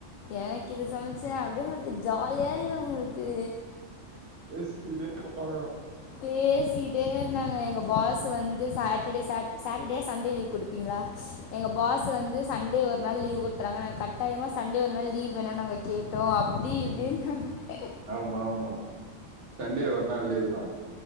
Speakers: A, on the left; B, on the right.
A: எனக்கு இது சமச் ச அப்டே உங்களுக்கு ஜாலியா இருக்கூ உங் க்கு
B: பேசிட்டே போனோ
A: பேசிட் டே இருந்தாங்க
B: ம்
A: எங்கள் பாஸ்ஸு வந்து சாட்டர்டே சாட் சாட்டர்டே சண்டே லீவ் கொடுப்பீங்களா எங்க பாஸ்ஸு வந்து சண்டே ஒரு நாள் லீவ் கொடுத்துறாங்க நாங்க கட்டாயமா சண்டே ஒரு நாள் லீவ் வேணும்னு நாங்க கேட்டோம் அப்டி
B: ம்
A: இப்டின்னு நா
B: ஆமா ஆமா சண்டே ஒரு நாள் லீவு தான்